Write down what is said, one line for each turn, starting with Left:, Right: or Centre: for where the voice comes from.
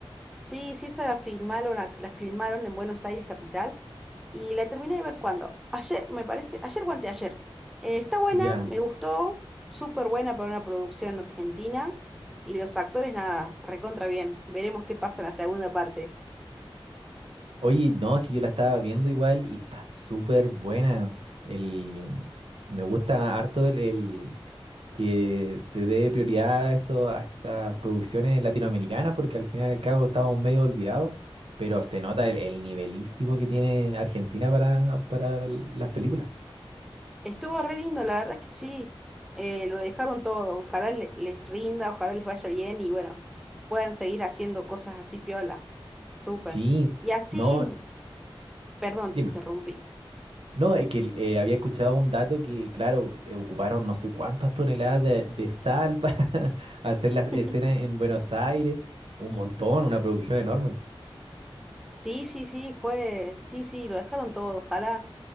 Centre: Sí, sí, esa la filmaron, ac- la filmaron en Buenos Aires capital y la terminé de ver cuando. Ayer, me parece, ayer o anteayer. Eh, está buena,
Right: Ya.
Centre: me gustó, súper buena para una producción argentina y los actores nada, recontra bien. Veremos qué pasa en la segunda parte.
Right: Oye, no, si yo la estaba viendo igual y está súper buena. El, me gusta harto el, el- que se dé prioridad a esto, a estas producciones latinoamericanas, porque al final y al cabo estamos medio olvidados, pero se nota el, el nivelísimo que tiene Argentina para, para las películas.
Centre: Estuvo re lindo, la verdad es que sí, eh, lo dejaron todo. Ojalá le- les rinda, ojalá les vaya bien y bueno, puedan seguir haciendo cosas así piola. Súper.
Right: Sí,
Centre: Y así,
Right: no,
Centre: perdón,
Right: dime.
Centre: te interrumpí.
Right: No, es que eh, había escuchado un dato que, claro, eh, ocuparon no sé cuántas toneladas de, de sal para <laughs> hacer las
Centre: <laughs>
Right: escenas en Buenos Aires, un montón, una producción enorme.
Centre: Sí, sí, sí, fue, sí, sí, lo dejaron todo, ojalá,